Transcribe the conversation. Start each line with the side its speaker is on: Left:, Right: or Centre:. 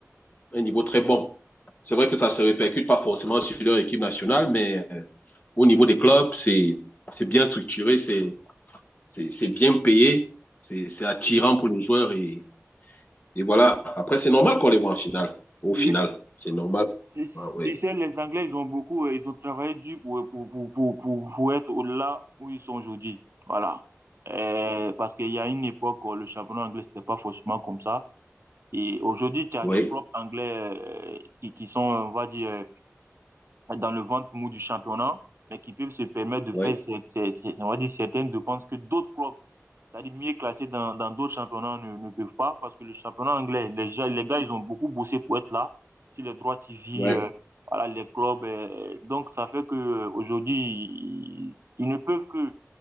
Left: un niveau très bon. C'est vrai que ça se répercute pas forcément sur leur équipe nationale, mais euh, au niveau des clubs, c'est bien structuré, c'est bien payé, c'est attirant pour les joueurs. Et, et voilà, après, c'est normal qu'on les voit en finale. Au
Right: Oui.
Left: final, c'est normal.
Right: Tu
Left: Ah, oui,
Right: sais, les Anglais, ils ont beaucoup, euh, ils ont travaillé dur pour, pour, pour, pour, pour, pour être au delà où ils sont aujourd'hui. Voilà. Euh, parce qu'il y a une époque où le championnat anglais, c'était pas forcément comme ça. Et aujourd'hui, tu as
Left: oui,
Right: des propres Anglais euh, qui, qui sont, on va dire, euh, dans le ventre mou du championnat, mais qui peuvent se permettre de
Left: oui,
Right: faire, ces- ces- ces- on va dire, certaines dépenses que d'autres clubs c'est-à-dire mieux classés dans, dans d'autres championnats ne, ne peuvent pas parce que le championnat anglais, les, gens- les gars, ils ont beaucoup bossé pour être là sur les droits TV,
Left: oui,
Right: euh, voilà, les clubs. euh, donc, ça fait que euh, aujourd'hui, ils, ils ne peuvent que